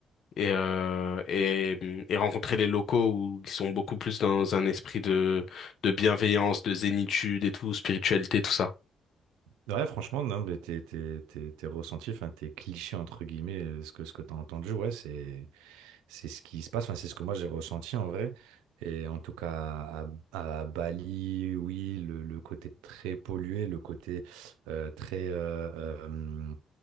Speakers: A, on the left (about 65°); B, on the right (about 80°).
A: et, euh, et et rencontrer les locaux où ils sont beaucoup plus dans un esprit de de bienveillance, de zénitude et tout, spiritualité, tout ça.
B: Ouais, franchement, non, mais tes, tes, tes, tes ressentis, enfin, tes clichés, entre guillemets, euh, ce que, ce que tu as entendu, ouais, c'est, c'est ce qui se passe, enfin, c'est ce que moi j'ai ressenti en vrai. Et en tout cas, à, à Bali, oui, le, le côté très pollué, le côté euh, très euh, euh,